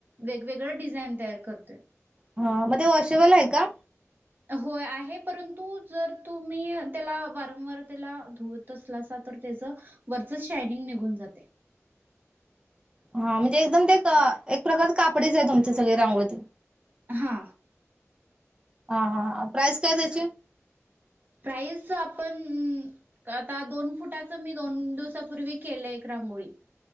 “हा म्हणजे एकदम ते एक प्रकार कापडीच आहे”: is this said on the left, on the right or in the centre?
Right